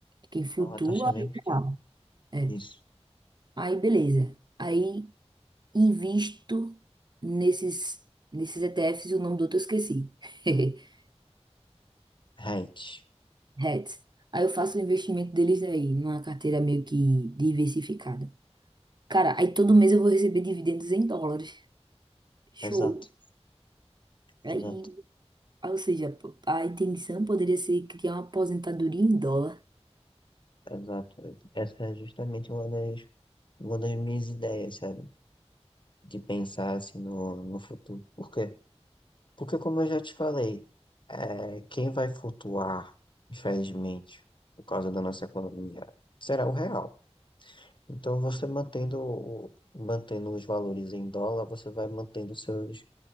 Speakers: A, on the right; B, on the left.
A: quem flutua
B: é uma taxa bem
A: é o
B: pequena.
A: real. É.
B: Isso.
A: Aí beleza. Aí invisto nesses nesses ETFs e o nome do outro eu esqueci. <laughs>
B: Right.
A: Hats. Aí eu faço o investimento deles aí, numa carteira meio que diversificada. Cara, aí todo mês eu vou receber dividendos em dólares. Show.
B: Exato,
A: Aí,
B: exato,
A: ou seja, a intenção poderia ser criar uma aposentadoria em dólar.
B: exato. Essa é justamente uma das, uma das minhas ideias, sabe? De pensar assim no, no futuro. Por quê? Porque, como eu já te falei, é, quem vai flutuar, infelizmente, por causa da nossa economia, será o real. Então, você mantendo, o- mantendo os valores em dólar, você vai mantendo seus,